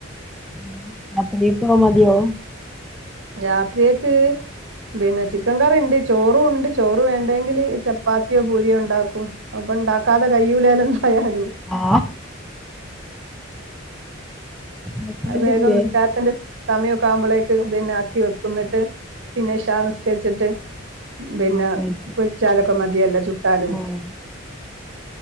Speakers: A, in the centre; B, on the right.
A: <unintelligible> മതിയോ
B: രാത്രിയക്ക് പിന്നെ ചിക്കൻ കറിണ്ട് ചോറും ണ്ട് ചോറ് വേണ്ടെങ്കില് ചപ്പാത്തിയോ പൂരിയോ ണ്ടാക്കും. ഹ്പ്പൊ ണ്ടാക്കാതെ കയ്യൂല്ലല്ലോ ന്തായാലും.
A: ആ ഹസ്ബൻഡ്
B: അഉ വേഗം
A: ഇല്ലേ
B: നിസ്കാരത്തിന്റെ സമയൊക്കെ ആവുമ്പോളേക്ക് പിന്നെ ആക്കി വെക്കുന്നിട്ട് പിന്നെ ഇശാ നിസ്കര്ച്ചിട്ട് പിന്നെ
A: ആ കഴിച്ചു
B: പൊര്ച്ചാലൊക്കെ മതിയല്ലോ ചുട്ടാലും
A: ആ